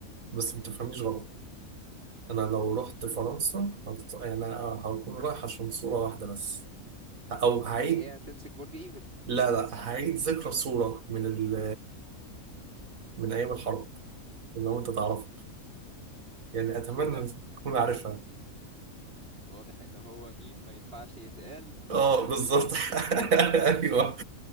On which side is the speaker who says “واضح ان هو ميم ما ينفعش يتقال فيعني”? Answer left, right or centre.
Right